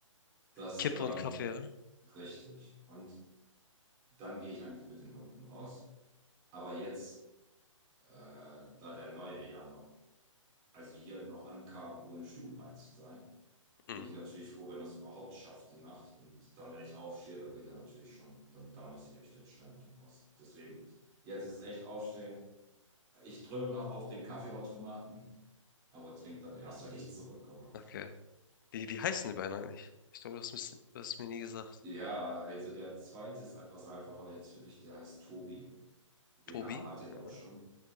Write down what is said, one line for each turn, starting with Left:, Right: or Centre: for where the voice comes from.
Right: Das,
Left: Kippe
Right: ähm,
Left: und Kaffee, ja?
Right: richtig. Und dann gehe ich eigentlich mit den Hunden raus. Aber jetzt, äh, da der Neue ja noch, also hier noch ankam, ohne stubenrein zu sein,
Left: Mhm.
Right: bin ich natürlich froh, wenn das überhaupt schafft, die Nacht. Und dann, wenn ich aufstehe, dann wird ja natürlich schon, dann, dann muss ich echt jetzt schnell mit raus. Deswegen, jetzt ist echt aufstehen. Ich drücke noch auf den Kaffeeautomaten, aber trinke dann erst, wenn ich zurückkomme.
Left: Okay. Wie, wie heißen die beiden eigentlich? Ich glaube, du hast mir's- du hast mir nie gesagt.
Right: Ja, also der zweite ist etwas einfacher jetzt für dich, der heißt Tobi. Den
Left: Tobi?
Right: Namen hatte der auch
Left: Mhm.
Right: schon.